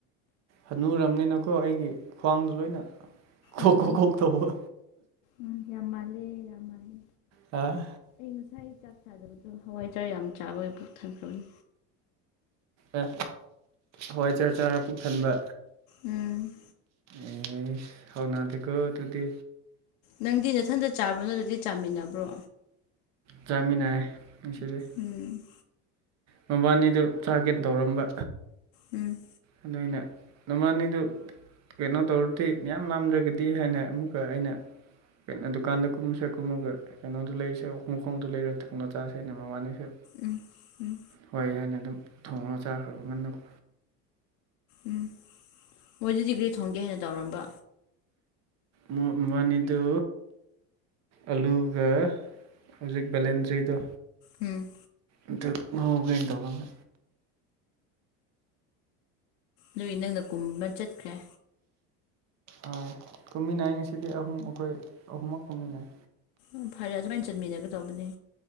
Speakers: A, on the right; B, on the left.
A: ꯍꯅꯨꯔꯝꯅꯤꯅꯀꯣ ꯑꯩꯒꯤ ꯈ꯭ꯋꯥꯡꯗꯣ ꯂꯣꯏꯅ ꯈꯣꯛ
B: ꯎꯝ
A: ꯈꯣꯛ
B: ꯎꯝ
A: ꯈꯣꯛ ꯇꯧꯕ
B: ꯎꯝ ꯌꯥꯝ ꯃꯥꯜꯂꯦ ꯌꯥꯝ ꯃꯥꯜꯂꯦ
A: ꯑꯥ
B: ꯑꯩ ꯉꯁꯥꯏ ꯆꯥꯛ ꯆꯥꯗꯕꯗꯨ ꯍꯋꯥꯏꯖꯥꯔ ꯌꯥꯝ ꯆꯥꯕꯒꯤ ꯄꯨꯛ ꯊꯟꯈ꯭ꯔꯕꯅꯤ
A: ꯑꯦ ꯍꯋꯥꯏꯆꯥꯔ ꯆꯥꯔ ꯄꯨꯛ ꯊꯟꯕ
B: ꯎꯝ
A: ꯑꯦ ꯍꯥꯎꯅꯥꯗꯀꯣ ꯑꯗꯨꯗꯤ
B: ꯅꯪꯗꯤ ꯅꯊꯟꯗ ꯆꯥꯕ꯭‌ꯔꫭ ꯅꯗꯨꯗꯤ ꯆꯥꯃꯤꯟꯅꯕ꯭ꯔꯣ꯫
A: ꯆꯥꯃꯤꯟꯅꯌꯦ ꯉꯁꯤꯗꯤ
B: ꯎꯝ
A: ꯃꯕꯥꯅꯤꯗꯨ ꯆꯥꯒ‌ꯦ ꯇꯧꯔꯝꯕ
B: ꯎꯝ
A: ꯑꯗꯨ ꯑꯩꯅ ꯅꯕꯅꯤꯗꯨ ꯀꯩꯅꯣ ꯇꯧꯔꯗꯤ ꯃꯌꯥ ꯂꯥꯝꯗ꯭ꯔꯒꯗꯤ ꯍꯥꯏꯅ ꯑꯃꯨꯛꯀ ꯑꯩꯅ ꯀꯩꯅꯣ ꯗꯨꯀꯥꯟꯗ ꯀꯨꯝꯃꯁꯦ ꯀꯨꯝꯃꯒ ꯀꯩꯅꯣꯗꯨ ꯂꯩꯔꯤꯁꯦ ꯃꯈꯣꯡꯗꯨ ꯂꯩꯔ ꯊꯣꯡꯂꯥ ꯆꯁ‌ꯦꯅ ꯃꯕꯥꯅꯤꯁꯨ
B: ꯎꯝ ꯎꯝ
A: ꯍꯣꯏ ꯍꯥꯏꯅ ꯑꯗꯨꯝ ꯊꯣꯡꯉ ꯆꯥꯈ꯭ꯔꯕ ꯉꯟꯅꯀꯣ
B: ꯎꯝ ꯃꯣꯏꯗꯗꯤ ꯀ꯭ꯔꯤ ꯊꯣꯡꯒꯦ ꯍꯥꯏꯅ ꯇꯧꯔꯝꯕ
A: ꯃꯥ ꯃꯥꯅꯤꯗꯨ ꯑꯂꯨꯒ ꯍꯧꯖꯤꯛ ꯕꯦꯂꯦꯟꯗ꯭ꯔꯤꯗꯣ
B: ꯎꯝ
A: ꯑꯗꯨ ꯉꯧꯒ‌ꯦꯅ ꯇꯧꯔꯝꯕꯅꯦ
B: ꯗꯨꯏ ꯅꯪꯅ ꯀꯨꯝꯕ ꯆꯠꯈ꯭ꯔꯦ
A: ꯑꯥ ꯀꯨꯝꯃꯤꯅꯩ ꯉꯁꯤꯗꯤ ꯑꯍꯨꯝ ꯑꯈꯣꯏ ꯑꯍꯨꯝꯃꯛ ꯀꯨꯝꯃꯤꯅꯩ
B: ꯎꯝ ꯐꯔꯦ ꯑꯗꯨꯃꯥꯏꯅ ꯆꯟꯃꯤꯟꯅꯒꯗꯧꯕꯅꯦ